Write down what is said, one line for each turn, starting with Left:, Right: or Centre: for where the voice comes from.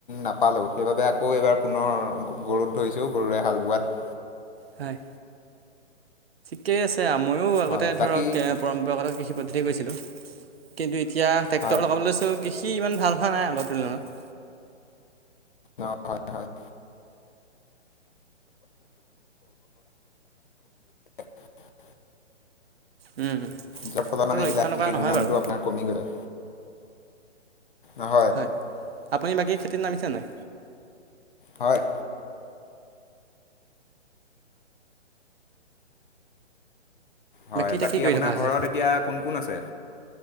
Left: নাপালেও, সেইবাবে আকৌ এইবাৰ পুনৰ গৰুত ধৰিছোঁ, গৰুৰে হাল বোৱাত।
Right: হয় ঠিকেই আছে আময়ো আগতে
Left: হয় বাকী
Right: ধৰক পৰম্পৰাগত কৃষি পদ্ধতি কৰিছিলোঁ কিন্তু এতিয়া ট্ৰেক্টৰ
Left: হয়
Right: লগাবলৈ চোঁ কৃষি ইমান ভাল হোৱা নাই আগৰ তুলনাত
Left: অ হয় হয় <inaudible>
Right: উম,
Left: যাৰ ফল
Right: সেইটো
Left: মানে
Right: লক্ষ্য
Left: এইবিলাক
Right: নকৰা
Left: কৃষিৰ
Right: নহয়
Left: গুণউনটো
Right: বাৰু
Left: আপোনাৰ কৰে ন
Right: হয় আপুনি বাকী খেতিত নামিছে নাই
Left: হয় হয়
Right: এতিয়া
Left: বাকী
Right: কি কৰি
Left: আপোনাৰ
Right: থকা হৈছে
Left: ঘৰত এতিয়া কোন কোন আছে